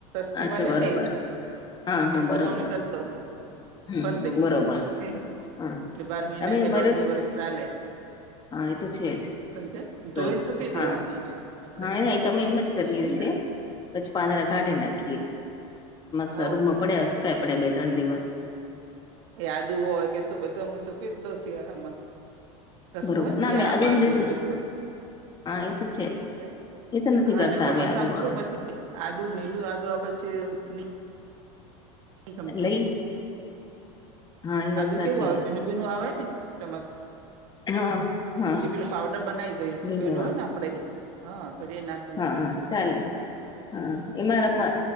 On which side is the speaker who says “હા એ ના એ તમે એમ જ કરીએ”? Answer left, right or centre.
Left